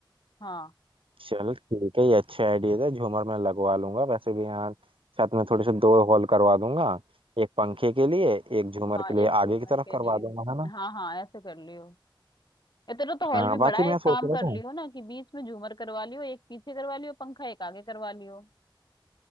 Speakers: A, on the left; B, on the right.
A: हाँ
B: चलो ठीक है ये अच्छा आइडिया था झूमर मैं लगवा लूंगा वैसे भी यहाँ छत में थोड़े से दो हॉल करवा दूंगा एक पंखे के लिए एक झूमर
A: हाँ
B: के
A: एक
B: लिए
A: झूमर
B: आगे की तरफ
A: के
B: करवा
A: लिए
B: दूंगा है ना
A: हाँ हाँ ऐसे कर लियो ये तेरा तो हॉल
B: हाँ
A: भी
B: बाकी
A: बड़ा है
B: मैं
A: एक
B: सोच
A: काम
B: रहा
A: कर
B: था
A: लियो ना कि बीच में झूमर करवा लियो एक पीछे करवा लियो पंखा एक आगे करवा लियो